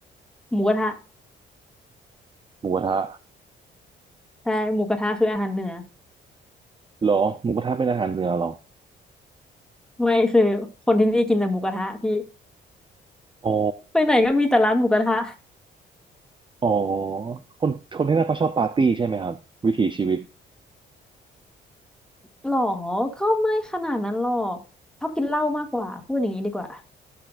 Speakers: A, in the centre; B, on the right.
A: หมูกระทะ
B: หมูกระทะ
A: ใช่หมูกระทะคืออาหารเหนือ
B: เหรอหมูกระทะเป็นอาหารเหนือเหรอ
A: ไม่คือคนที่นี่กินแต่หมูกระทะพี่
B: อ๋อ
A: ไปไหนก็มีแต่ร้านหมูกระทะ
B: อ๋อคนคนที่นั่นเขาชอบปาร์ตี้ใช่ไหมครับวิถีชีวิต
A: หรอก็ไม่ขนาดนั้นหรอกชอบกินเหล้ามากกว่าพูดอย่างนี้ดีกว่า